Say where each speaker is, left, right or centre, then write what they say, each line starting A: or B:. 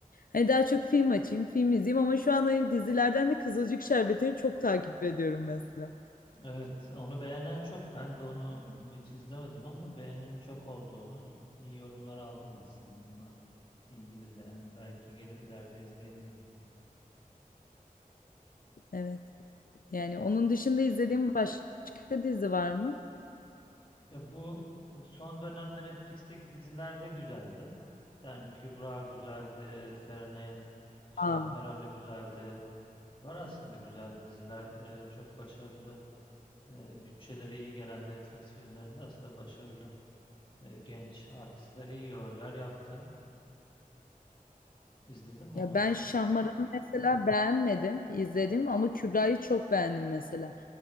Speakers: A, on the left (about 75°); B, on the left (about 35°).
A: Hani daha çok film açayım, film izleyeyim ama şu anda hani dizilerden de Kızılcık Şerbeti'ni çok takip ediyorum mesela.
B: Evet, onu beğenen çok. Ben de onu hiç izlemedim ama beğenenin çok olduğunu, iyi yorumlar aldım aslında onunla ilgili de yani belki gel ileride izleyebilirim.
A: Evet. Yani onun dışında izlediğim başka dizi var mı?
B: Ya bu e, son dönemde Netflix'teki diziler de güzeldi. Yani Kübra güzeldi, Serenay'ın Şahmeran'ı
A: Aa.
B: güzeldi. Var aslında güzel diziler, e, çok başarılı, e, bütçeleri iyi gelen Netflix filmlerinde aslında başarılı e, genç artistler iyi roller yaptı. İzledin mi
A: Ya
B: onları?
A: ben
B: sen?
A: Şahmaran'ı mesela beğenmedim, izledim ama Kübra'yı çok beğendim mesela.